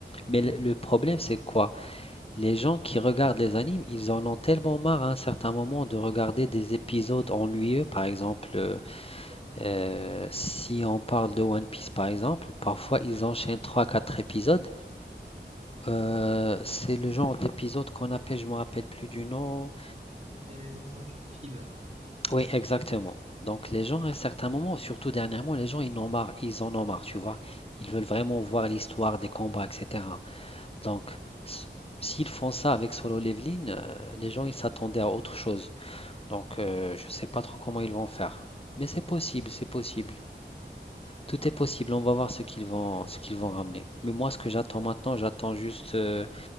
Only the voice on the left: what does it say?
Mais le le problème, c'est quoi? Les gens qui regardent les animes, ils en ont tellement marre à un certain moment de regarder des épisodes ennuyeux. Par exemple, euh,
euh, si on parle de One Piece, par exemple, parfois ils enchaînent trois quatre épisodes. Euh, c'est le genre d'épisode qu'on appelle, je me rappelle plus du nom.
Oui, exactement. Donc les gens, à un certain moment, surtout dernièrement, les gens, ils en ont marre, ils en ont marre, tu vois. Ils veulent vraiment voir l'histoire des combats, etc. Donc, s- s'ils font ça avec Solo Leveling, euh, les gens, ils s'attendaient à autre chose. Donc, euh, je sais pas trop comment ils vont faire. Mais c'est possible, c'est possible. Tout est possible, on va voir ce qu'ils vont, ce qu'ils vont ramener. Mais moi, ce que j'attends maintenant, j'attends juste euh,